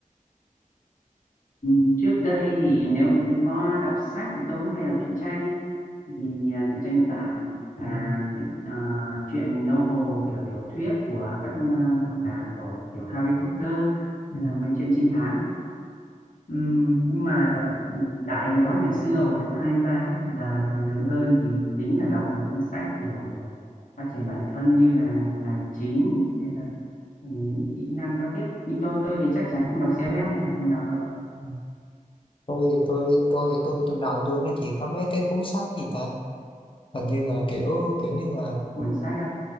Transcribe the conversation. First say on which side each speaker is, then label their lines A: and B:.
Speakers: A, on the left; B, on the left.
A: ừ, trước đây thì nếu có đọc sách thì tôi cũng hay đọc truyện tranh ấy. thì à, truyện tranh Nhật Bản à,
B: Ừ,
A: truyện à, truyện novel kiểu tiểu thuyết của các à, độc giả của kiểu Harry Potter
B: ừ,
A: hay là mấy chuyện trinh thám Ừ nhưng mà dạ, tại đó ngày xưa hồi cấp 2 cấp 3 ấy, giờ thầy lớn hơn thì chính là đọc mấy cuốn sách kiểu phát triển bản thân như là tài chính hay là ừ, những kỹ năng giao tiếp nhưng tôi tôi thì chắc chắn không đọc self-help nha không đọc đâu
B: ừ. tôi tôi tôi tôi trong đầu tôi nó chỉ có mấy cái cuốn sách gì ta hình như là kiểu kiểu như là
A: cuốn sách á